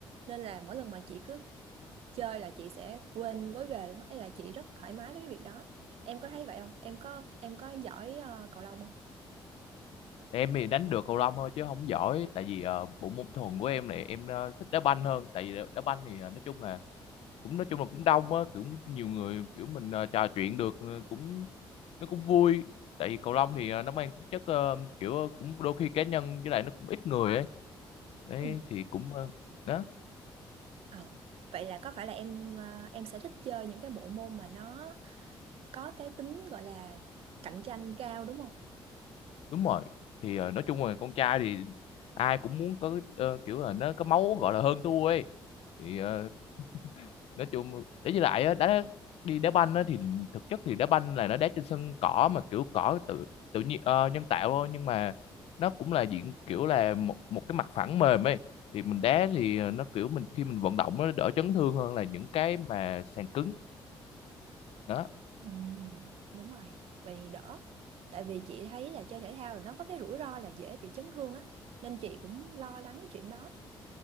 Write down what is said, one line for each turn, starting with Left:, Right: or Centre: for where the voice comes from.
Right: nên là mỗi lần mà chị cứ chơi là chị sẽ quên lối về luôn á. Ý là chị rất thoải mái với cái việc đó em có thấy vậy không em có em có giỏi ờ, cầu lông không
Left: em thì đánh được cầu lông thôi chứ không giỏi tại vì ờ, bộ môn thuần của em này em ờ, thích đá banh hơn tại vì đá đá banh thì ờ, nói chung là cũng nói chung là cũng đông á kiểu nhiều người kiểu mình ờ, trò chuyện được ờ, cũng nó cũng vui tại vì cầu lông thì ờ, nó mang tính chất ờ, kiểu ờ, cũng đôi khi cá nhân với lại nó cũng ít người ấy đấy
Right: Ừ.
Left: thì cũng ờ, đó
Right: ừ vậy là có phải là em ờ, em sẽ thích chơi những cái bộ môn mà nó có cái tính gọi là cạnh tranh cao đúng không
Left: đúng rồi thì ờ, nói chung là con trai thì ai cũng muốn có ờ, kiểu là nó có máu gọi là hơn thua ấy thì ờ, nói chung đấy với lại á, đá đi đá banh á, thì thực chất thì đá banh là nó đá trên sân cỏ mà kiểu cỏ tự tự nhiên ờ, nhân tạo thôi nhưng mà nó cũng là diện kiểu là một một cái mặt phẳng mềm ấy thì mình đá thì ờ, nó kiểu mình khi mình vận động nó đỡ chấn thương hơn là những cái mà sàn cứng đó
Right: Ừ. đúng rồi vậy thì đỡ tại vì chị thấy là chơi thể thao là nó có cái rủi ro là dễ bị chấn thương á nên chị cũng lo lắng cái chuyện đó